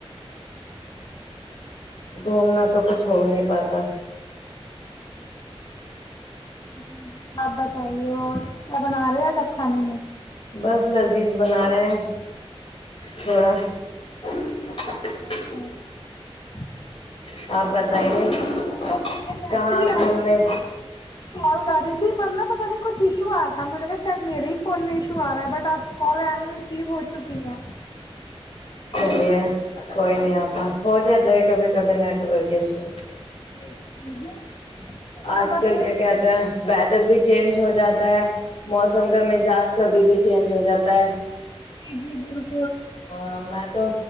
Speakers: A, on the left (about 60°); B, on the left (about 45°).
A: گھومنا تو کچھ ہو نہیں پاتا
B: جی جی آپ بتائیے اور کیا بنا رہے آج آپ کھانے میں
A: بس لذیذ بنا رہے ہیں تھوڑا <unintelligible>
B: ہ <unintelligible>
A: آپ بتائیے
B: بہت بڑھیا یادیبھی
A: کہاں گھومنے
B: آپ کو کال کر رہی تھی پر ن پتا نہیں کچھ ایشو آ رہا تھا میں نےا شاید میرے ہی فون میں ایشو آ رہا ہے بٹ آپ کال آنے ریسیو ہو چکی ہے
A: چلیے کوئی نہیں آپ ہو جائے تو کبھی کبھی نیٹ ورک ایشو
B: جی جی بالکل
A: آج
B: بس
A: کل کیا کہتے ہیں ویدر بھی چینج ہو جاتا ہے <unintelligible> موسم کا مزاج کبھی بھی چینج ہو جاتا ہے
B: جی جی جال
A: ہاں میں تو